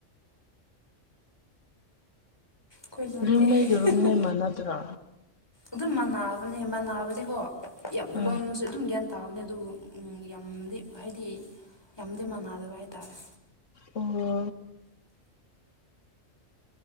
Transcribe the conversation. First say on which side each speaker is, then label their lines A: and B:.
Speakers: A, on the left; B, on the left.
A: ꯑꯩꯈꯣꯏ ꯂꯣꯝꯗꯤ
B: ꯔꯨꯝꯃꯩꯒ
A: ꯍꯤ
B: ꯔꯨꯝꯃꯩ
A: ꯍꯥ
B: ꯃꯥꯟꯅꯗ꯭ꯔꯣ
A: ꯑꯗꯨꯝ ꯃꯅꯥꯕꯅꯦ ꯃꯅꯥꯕꯗꯤꯀꯣ ꯌꯥꯝ
B: ꯑꯥ
A: ꯂꯣꯟꯁꯨ ꯑꯗꯨꯝ ꯒ꯭ꯌꯥꯟ ꯇꯥꯕꯅꯦ ꯑꯗꯨꯕꯨ ꯎꯝ ꯌꯥꯝꯗꯤ ꯍꯥꯏꯗꯤ ꯌꯥꯝꯗꯤ ꯃꯥꯟꯅꯗꯕ ꯍꯥꯏꯇꯥꯔꯦ
B: ꯑꯣ